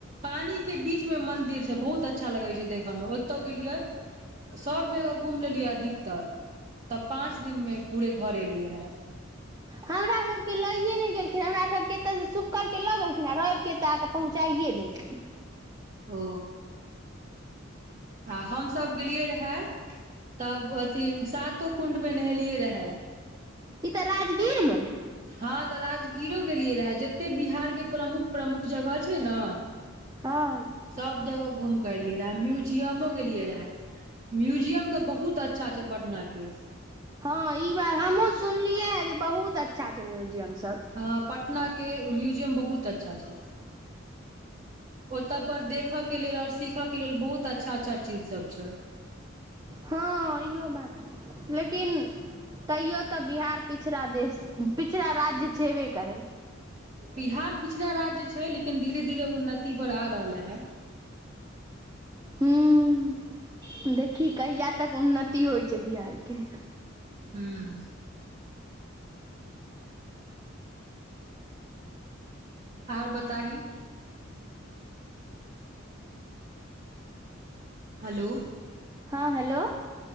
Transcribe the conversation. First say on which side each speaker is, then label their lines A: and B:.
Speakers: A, on the right; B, on the right.
A: पानी के बीच में मंदिर छै बहुत अच्छा लगै छै देखऽ मे ओतौ गेलियै सब जगह घुम लेलियै अधिकतर तऽ पाँच दिनमे पूरे घर एलियै रहए
B: हमरा सबके ल ऐ नै गेलखिन हमरा सब केत से शुक्र के लऽ गेलखिन आ रैव के एत आ के पहुँचाये देलखिन
A: ओ आ हमसभ गेलियै रहे तब अथी सातो कुण्ड मे नहेलियै रहे
B: ई तऽ राजगीर मे ने
A: हँ तऽ राजगीरो गेलियै रहे जते बिहार के प्रमुख प्रमुख जगह छै नऽ
B: हँ
A: सभ जगह घूमकेऽ एलियै रहे म्यूजियमो गेलियै रहे म्यूजियम तऽ बहुत अच्छा छै पटना के
B: हँ ई बार हमहुँ सुनलियै हे जे बहुत अच्छा छै म्युजियम सब
A: हऽ पटना के म्युजियम बहुत अच्छा छै ओत पर देख के लेल और सीख के लेल बहुत अच्छा अच्छा चीज सब छै
B: हँ इहो बात लेकिन तैयो त बिहार पिछड़ा देश पिछड़ा राज्य छेबे करै
A: बिहार पिछड़ा राज्य छै लेकिन धीरे धीरे उन्नति पर आ रहले हे
B: हुॅं देखी कहिया तक उन्नति होइ छै बिहार के
A: हुॅं आर बताही हलो
B: हँ हेलो